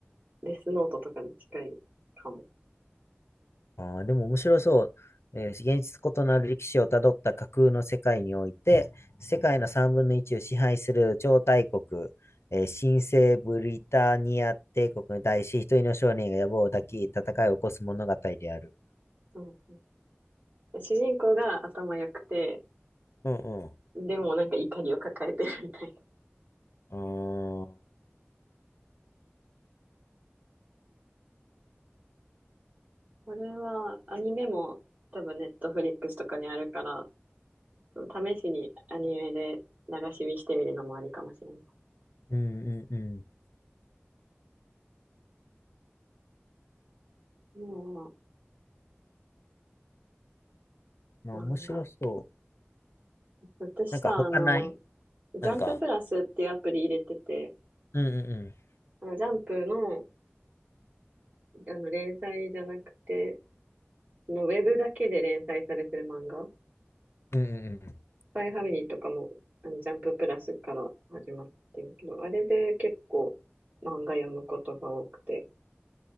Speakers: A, on the right; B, on the left.
A: デスノートとかに近いかも。
B: ああ、でも面白そう。えー現実異なる歴史をたどった架空の世界において、世界の3分の1を支配する超大国、えー新生ブリタニア帝国に対し、一人の少年が野望を抱き、戦いを起こす物語である。
A: そう主人公が頭良くて、
B: うんうん。
A: でもなんか怒りを抱えてるみたいな。
B: ああ、
A: これはアニメも多分ネットフリックスとかにあるから、試しにアニメで流し見してみるのもありかもしれない。
B: うんうんうん。
A: も
B: まあ、
A: う漫画。
B: 面白そう。
A: 私さ、
B: なんか他ない
A: あの、ジャンププラスっていうアプリ入れてて、
B: なんか、うんうんう
A: あの、ジャンプの、あの連載じゃなくて、そのウェブだけで連載されてる漫画
B: ん。うんうんうん。
A: パイファミリーとかも、あの、ジャンププラスから始まってるけど、あれで結構漫画読むことが多くて。